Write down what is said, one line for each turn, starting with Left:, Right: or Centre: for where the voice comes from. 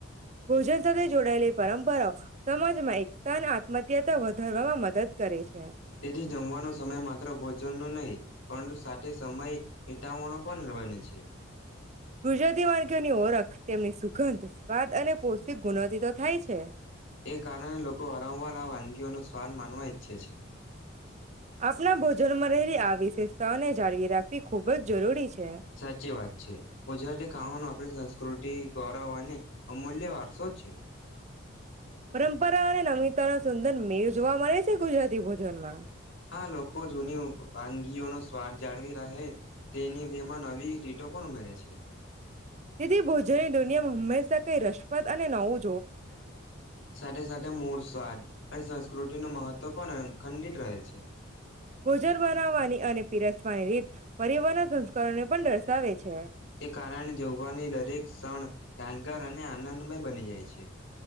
Right: ભોજન સાથે જોડાયેલી પરંપરાઓ સમાજમાં એકતાના આત્મત્યાતા વધારવામાં મદદ. કરે છે.
Left: તેથી જમવાનો સમય માત્ર ભોજનો નહીં. પણ સાથે સમય. વિતાવણો પણ બને છે
Right: ગુજરાતી વાનગીઓની ઓળખ તેમની સુગંધ સ્વાદ અને પોૌષ્ટિક ગુણ. તે થાય છે.
Left: એ કારણે લોકો વાર વાર વાનગીઓનો સ્વાદ માનવા ઈચ્છે છે.
Right: આપણા ભોજનમાં રહેલી આ વિશેષતાઓને
Left: <inaudible>
Right: જાળવી રાખવી ખૂબ જ જરૂરી છે.
Left: સાચી વાત છે. ગજરા ખાવાનું આપણી સંસ્કૃત દે ગૌરવ. અમૂલ્ય વારસો છે.
Right: પરંપરા અને નમિતા ના સુંદર મેવ જોવા મળે છે. ગુજરાતી ભોજનમાં
Left: આ લોકો જૂની વાનગીઓ નો સ્વાદ જાળવી રાહે. તેની જેમા નવી <unintelligible> પણ ઉમેરે છે.
Right: તેથી ભોજનની દુનિયામાં હંમેશા કઈ રસ <unintelligible> અને નવુ
Left: <inaudible> સાથે સાથે મોર સ્વાદ અને ક્રૃતિનું મહત્વ પણ ખંડિત રહે છે.
Right: ભોજન બનાવવાની અને પીરસવાની રીત પરિવારના સંસ્કારોને પણ
Left: <inaudible>
Right: દર્શાવે છે.
Left: એ કારણે જવાની દરેક ક્ષણ યાદગાર અને આનંદમય બની જાય છે.